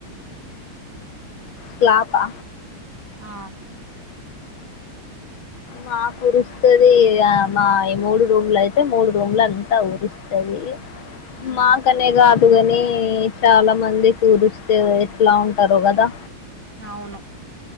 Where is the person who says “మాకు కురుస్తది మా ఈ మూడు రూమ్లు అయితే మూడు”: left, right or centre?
Left